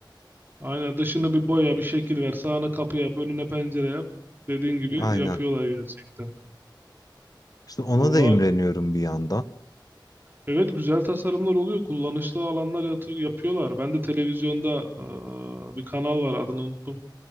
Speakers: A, on the right; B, on the left.
A: aynen dışını bir boya bir şekil ver sağına kapı yap önüne pencere yap dediğin gibi
B: Aynen.
A: yapıyorlar gerçekten.
B: İşte ona
A: Valla
B: da imreniyorum bir yandan.
A: evet güzel tasarımlar oluyor kullanışlı alanlar yatı- yapıyorlar. Ben de televizyonda eee, bir kanal var adını unuttum.